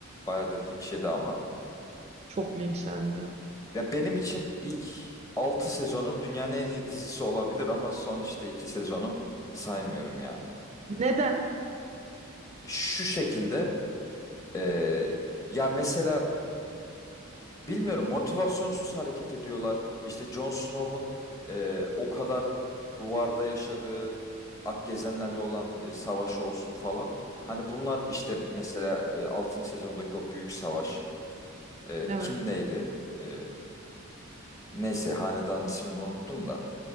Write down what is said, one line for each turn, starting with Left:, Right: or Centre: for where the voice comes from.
Left: Bayağı da linç yedi ama.
Right: çok linçlendi.
Left: Ya benim için ilk 6 sezonu dünyanın en iyi dizisi olabilir ama son işte 2 sezonu saymıyorum ya.
Right: Neden?
Left: Şu şekilde e, ya mesela Bilmiyorum motivasyonsuz hareket ediyorlar. İşte Jon Snow'un e, o kadar duvarda yaşadığı Akgezenlerle olan e, savaşı olsun falan. Hani bunlar işte mesela e, 6. sezondaki o büyük savaş. e,
Right: Evet.
Left: kim neydi? E, neyse hanedanın ismini unuttum da.